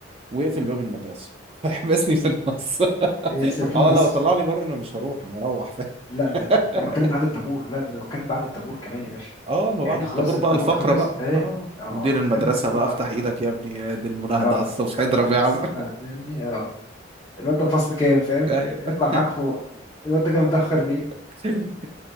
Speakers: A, on the right; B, on the left.
A: ويقفل
B: اه
A: باب المدرسة <laughs> فيحبسني
B: م.
A: في النص <laughs>
B: يحسب في النص
A: اه لو طلعني
B: <laughs>
A: بره انا مش هروح انا هروح فاهم
B: لا لا
A: <laughs>
B: انا بتكلم بعد الطابور لا ده انا بتكلم بعد الطابور كمان يا باشا
A: اه ما
B: يعني
A: بعد
B: انت
A: الطابور
B: خلاص الطابور
A: بقى الفقرة
B: خلص
A: بقى
B: فاهم
A: اه
B: اه
A: مدير المدرسة
B: فاهم انت تطلع
A: بقى افتح
B: بره
A: ايدك يا ابني يا دي المناهضة
B: اه
A: على الصبح اضرب
B: اه
A: يا عم
B: أس- اه فاهمني اه الواد ده في فصل كام فاهم
A: <laughs> ايوه
B: يطلع معاك فوق الواد ده جه متاخر ليه
A: <laughs>